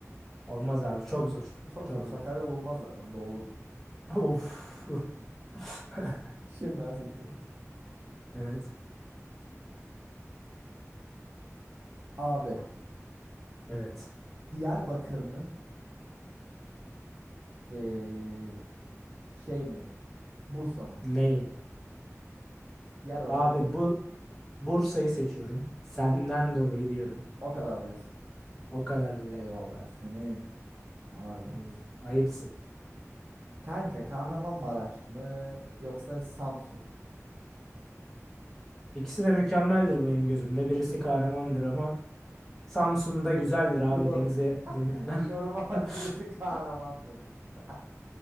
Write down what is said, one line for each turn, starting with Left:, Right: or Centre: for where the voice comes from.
Centre: Olmaz abi çok zor.
Right: Çok
Centre: Çok
Right: zor. Sakarya
Centre: zor.
Right: olunmaz zaten. Doğulur.
Centre: <laughs> Of. <laughs>
Right: <laughs> Şırnağı seçiyorum.
Centre: Evet.
Right: Abi.
Centre: Evet.
Right: Diyarbakır mı? Ee, şey mi? Bursa mı?
Centre: Neyim?
Right: Diyarbakır
Centre: Abi
Right: mı Bursa
Centre: bu
Right: mı?
Centre: Bursa'yı seçiyorum. Senden
Right: Bur
Centre: dolayı diyorum.
Right: o kadar diyorsun.
Centre: O kadar diyorum.
Right: Eyvallah senim. Allah razı
Centre: Hmm,
Right: olsun.
Centre: ayıpsın.
Right: Kanka Kahramanmaraş mı yoksa Samsun mu?
Centre: İkisi de mükemmeldir benim gözümde. Birisi kahramandır ama Samsun'da güzeldir
Right: <laughs>
Centre: abi
Right: Yok.
Centre: denize deniz
Right: <laughs> Yoruma
Centre: <laughs>
Right: bak birisi
Centre: <laughs>
Right: kahramandır diyor.